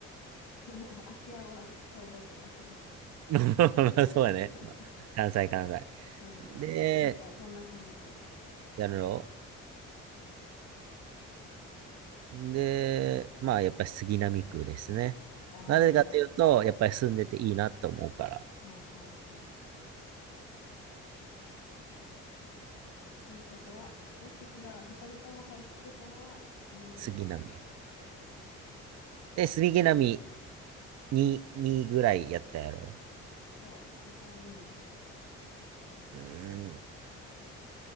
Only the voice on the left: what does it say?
<laughs> でも、芦屋は兵庫県やけど。
<laughs>
うんうん。
確かにそんな感じするわ。
ああ、ほ
んほんほん。ということは、私たちが二人とも入ってたのは杉並区だけか。
そう、私は2位にした。